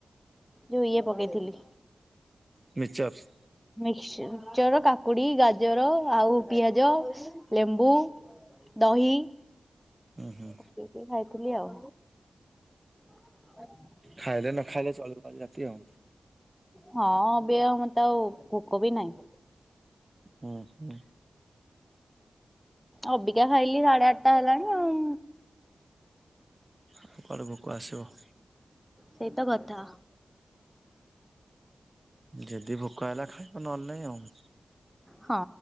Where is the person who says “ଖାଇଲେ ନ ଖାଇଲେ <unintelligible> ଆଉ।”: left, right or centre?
Right